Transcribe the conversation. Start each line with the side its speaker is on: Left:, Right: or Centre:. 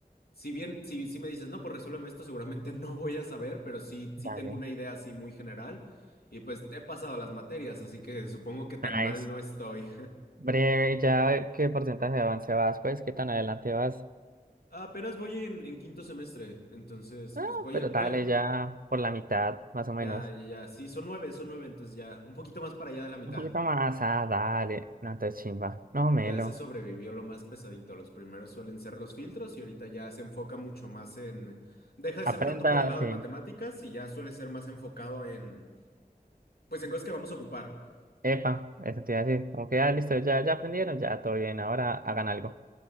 Left: si bien, si, si me dices, no, pues resuélveme esto, seguramente <laughs> no voy a saber, pero sí, sí
Right: dale.
Left: tengo una idea así muy general. Y pues he pasado las materias, así que supongo que tan
Right: Nice.
Left: mal no estoy.
Right: Breve, ya qué porcentaje de avance vas, pues, qué tan adelante vas.
Left: Ah, Apenas voy en, en quinto semestre, entonces
Right: Ah,
Left: pues voy
Right: pero
Left: a, voy
Right: dale
Left: a,
Right: ya por la mitad, más o menos.
Left: ya, ya, ya, sí, son nueve, son nueve, entonces ya, un poquito más para allá de la mitad.
Right: Un poquito más, ah, dale. No te chimba, no melo.
Left: Ya se sobrevivió lo más pesadito, los primeros suelen ser los filtros y ahorita ya se enfoca mucho más en, deja de
Right: Aprenda,
Left: ser tanto por el lado
Right: sí.
Left: de matemáticas y ya suele ser más enfocado en, pues en cosas que vamos a ocupar.
Right: Epa, eso te iba a decir. Como que ya listo, ya, ya aprendieron, ya todo bien, ahora hagan algo.